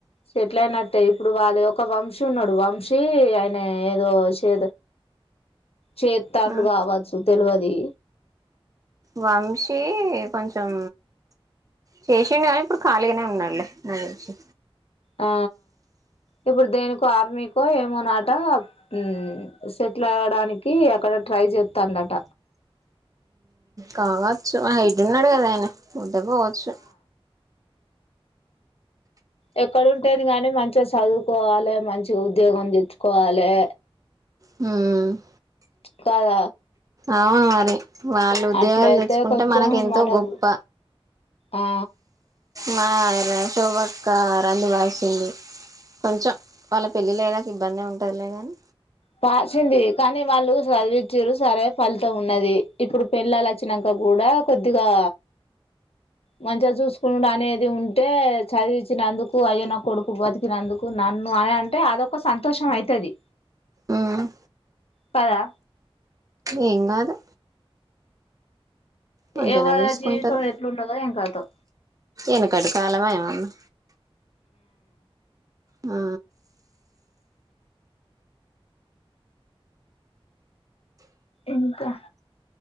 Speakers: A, on the left; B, on the right.
A: సెట్లైనట్టే ఇప్పుడు వాళ్ళ ఒక వంశీ ఉన్నాడు వంశీ ఆయన ఏదో చే చేతండు
B: ఆ
A: కావచ్చు తెలువది.
B: వంశీ కొంచెం చేసిండు కానీ ఇప్పుడు ఖాళీగానే ఉన్నాడులే నాకు తెలిసి.
A: ఆ. ఇప్పుడు దేనికో ఆర్మీకో ఎమోనాటా హు సెటిల్ అవడానికి అక్కడ ట్రై చేతందట.
B: కావచ్చు హెయిట్టున్నాడు కదా ఆయన. పోతే పోవచ్చు.
A: ఎక్కడ ఉంటేంది కాని మంచిగా సదువుకోవలె మంచిగా ఉద్యోగం తెచ్చుకోవాలే.
B: ఉమ్.
A: కాద.
B: అవును మరి. వాళ్ళు ఉద్యోగాలు
A: అట్లయితే
B: తెచ్చుకుంటే
A: కొంచెం
B: మనకి ఎంతో
A: మనకు
B: గొప్ప.
A: ఆ
B: మా ర శోభక్క రంది బసింది కొంచెం వాళ్ళ పెళ్ళిలయ్యేదక ఇబ్బందే ఉంటదిలేగాని.
A: పాసింది కానీ వాళ్ళు సాధివిచ్చిరు సరే ఫలితం ఉన్నది ఇప్పుడు పెళ్ళాలు వచ్చినక్క కూడా కొద్దిగా. మంచిగా చూసుకుడు అనేది ఉంటే చదివించినందుకు అయ్యే నా కొడుకు బతికినందుకు నన్ను అని అంటే అదొక సంతోషం అయితది.
B: ఉమ్.
A: కదా.
B: ఏంకాదు. మంచిగానే
A: ఎవరి
B: చూసుకుంటారు
A: జీవితం ఎట్లున్నదో ఏం కథో
B: ఎనుకటి కాలమా ఏమన్నా. ఆ.
A: ఇంకా